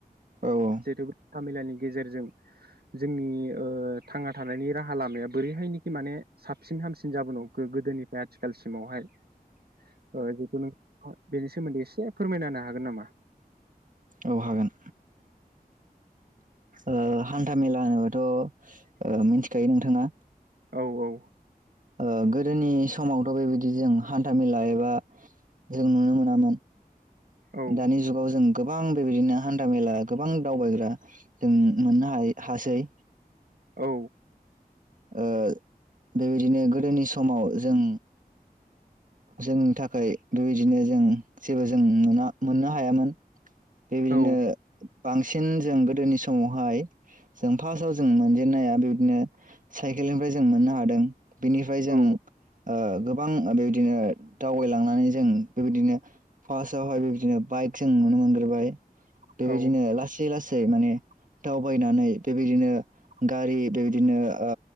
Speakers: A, on the right; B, on the right.
A: औ ओ
B: <unintelligible> हान्था मेलानि गेजेरजों जोंनि ओ थांना थानायनि राहा लामाया बोरैहाय मानि साबसिन हामसिन जाबोनो हमखो गोदोनिफ्राय आथिखालसिमावहाय ओ जिथु नोंथाङा बेनि सोमोन्दै एसे फोरमायना होनो हागोन नामा?
A: औ हागोन ओ हान्था मेला होनोबाथ' ओ मिथिखायो नोंथाङा
B: औ औ
A: ओ गोदोनि समावथ' बेबायदि जों हान्था मेला एबा जों नुनो मोनामोन
B: औ
A: दानि जुगाव जों गोबां बेबायदिनो हान्था मेला गोबां दावबायग्रा जों मोननो हा हासै।
B: औ।
A: ओ बेबायदिनो गोदोनि समाव जों जोंनि थाखाय बेबायदिनो जों जेबो जों नुनो मोननो हायामोन। बेबादिनो
B: औ
A: बांसिन जों गोदोनि समावहाय जों फार्स्टआव जों मोनजेनन्नाया बिदिनो साइकेलनिफ्राय जों मोननो हादों। बिनिफ्राय जों
B: औ
A: ओ गोबां बेबायदिनो दावबायलांनानै जों बेबायदिनो फार्टावहाय बेबायदिनो बाइक जों नुनो मोन बोबाय। बे बायदिनो
B: औ
A: लासै लास दै माने दावबायनानै बेबायदिनो गारि बेबायदिनो ओ